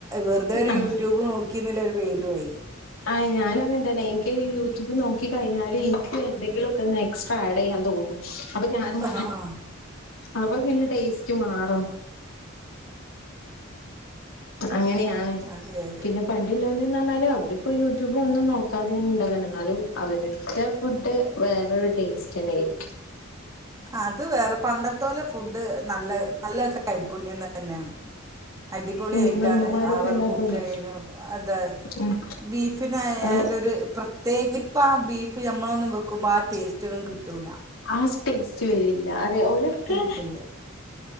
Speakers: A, on the right; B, on the left.
A: വെറുതേ ഒരു
B: ആ
A: യൂട്യൂബ് നോക്കീന്ന്ള്ള ഒരു പേരു ആയി
B: ആ ഞാനും അങ്ങൻതന്നെ എനിക്ക് യൂട്യൂബ് നോക്കി കഴിഞ്ഞാല് എനിക്ക് എന്തെങ്കിലൊക്കെ എക്സ്ട്രാ ആഡ് യ്യാൻ തോന്നു അപ്പൊ ഞാനും
A: ആഹ് ആഹ്
B: അപ്പ പിന്നെ ടേസ്റ്റ് മാറും അങ്ങനെയാണ്
A: അതെ അതെ
B: പിന്നെ പണ്ട്ള്ളോര് ന്നറിഞ്ഞാല് അവരിപ്പോ യൂട്യൂബ് ഒന്നും നോക്കാതെ ആണ് ണ്ടാക്ക്ന്ന് ന്നാലും അവരുട്ത്തെ ഫുഡ് വേറൊരു ടേസ്റ്റ്ണ്ടായിന്ന്
A: അത് വേറെ പണ്ടത്തോലെ ഫുഡ് നല്ല നല്ല കൈപുണ്യ തന്നേണ് അടിപൊളിആയിട്ടാണ്
B: ഉം നമ്മളെ ഉമ്മമാരൊക്കെ
A: അവർ
B: ഉണ്ടാക്കുന്നെ
A: കുക്കെയ്യെലും അതാ
B: ഉം
A: ബീഫിനായാല്
B: അത്
A: ഒര് പ്രത്യേക ഇപ്പ ആ ബീഫ് മ്മളൊന്ന് വെക്കുമ്പോ ആ ടേസ്റ്റ് ഒന്നും കിട്ടൂല്ല
B: ആ ടേസ്റ്റ് വരില്ല അതെ ഊലെക്കെ
A: ഇല്ല ഇല്ല